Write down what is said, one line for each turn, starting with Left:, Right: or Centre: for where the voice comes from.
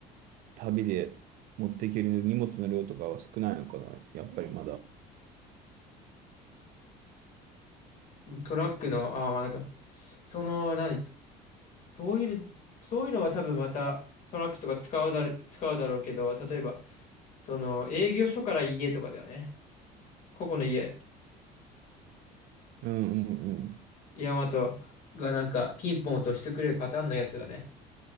Right: 旅で持っていける荷物の量とかは少ないのかな。やっぱりまだ。
Left: トラックの、ああまあなんか、その、何、そういう、そういうのは多分またトラックとか使うだろ、使うだろうけど、例えば、その営業所から家とかだよね。ここの家、
Right: うんうんうん。
Left: ヤマトがなんかピンポン落としてくれるパターンのやつがね、